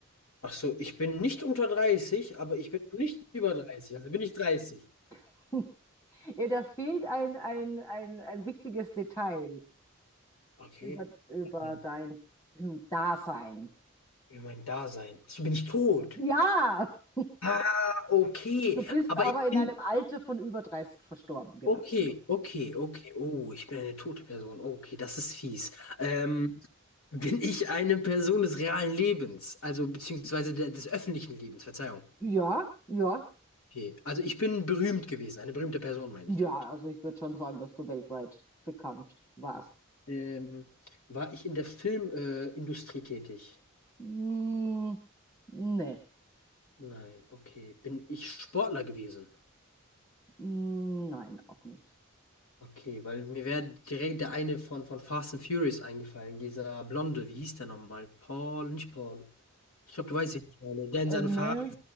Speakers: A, on the left; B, on the left.
A: ach so, ich bin nicht unter 30, aber ich bin nicht über 30. Also bin ich 30.
B: <laughs> Ja, da fehlt ein, ein, ein, ein wichtiges Detail
A: Okay.
B: über, über
A: Ja.
B: dein <clears throat> Dasein.
A: Über mein Dasein. Achso, bin ich tot?
B: Ja,
A: Ah, okay.
B: du bist
A: Aber
B: aber
A: ich
B: in
A: bin.
B: einem Alter von über 30 verstorben, genau.
A: Okay, okay, okay. Oh, ich bin eine tote Person. Okay, das ist fies. Ähm, bin ich eine Person des realen Lebens? Also, beziehungsweise de- des öffentlichen Lebens, Verzeihung.
B: Ja, ja,
A: Okay. Also, ich bin berühmt gewesen. Eine berühmte Person meine
B: ja,
A: ich damit.
B: also ich würde schon sagen, dass du weltweit bekannt warst.
A: Ähm, war ich in der Filmindustrie äh, Industrie tätig?
B: Hm, nee.
A: Nein, okay. Bin ich Sportler gewesen?
B: Mm, Nein, auch nicht.
A: Okay, weil mir wäre direkt der eine von, von Fast and Furious eingefallen, dieser Blonde, wie hieß der nochmal? Paul, nicht Paul. Ich glaube, du weißt, wie ich meine, der in
B: Äh,
A: seinem
B: nö.
A: Fahrrad.